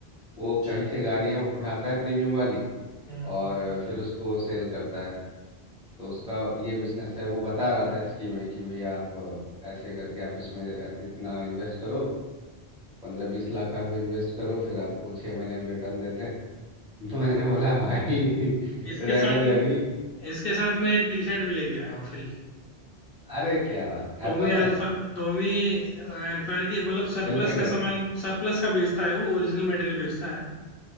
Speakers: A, in the centre; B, on the left.
A: वो
B: अच्छा
A: कहीं से गाड़ियाँ उठाता है प्रीमियम वाली
B: हम्म
A: और फिर उसको सेल करता है तो उसका ये बिजनेस है वो बता रहा था स्कीम में कि भैया आप अ, ऐसे करके आप इसमें ऐ- इतना इन्वेस्ट करो पंद्रह बीस लाख आप इन्वेस्ट करो फिर आपको छः महीने में रिटर्न देते हैं <laughs> तो मैंने
B: तो
A: बोला भाई
B: इसके
A: रहने
B: साथ
A: दे अभी
B: इसके साथ मैं एक टी शर्ट भी लेके आया हूँ फ्री
A: अरे क्या बात
B: टोमी
A: एप्पल वाली
B: अल्फा टोमी एल्फायर की मतलब सरप्लस
A: हेल्फेगर
B: का सामान सरप्लस का बेचता है वो ओरिजिनल मटेरियल बेचता है